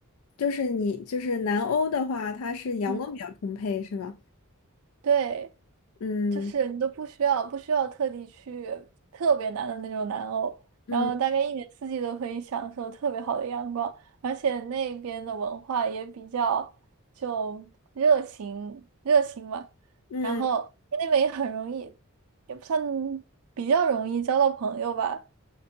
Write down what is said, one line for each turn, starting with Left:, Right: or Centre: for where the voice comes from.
Left: 就是你就是南欧的话，它是阳光比较充沛，
Right: 嗯，
Left: 是吧？
Right: 对，
Left: 嗯
Right: 就是你都不需要不需要特地去特别难的那种南欧，
Left: 嗯
Right: 然后大概一年四季都可以享受特别好的阳光，而且那边的文化也比较就热情热情嘛，
Left: 嗯。
Right: 然后那边也很容易，也不算比较容易交到朋友吧，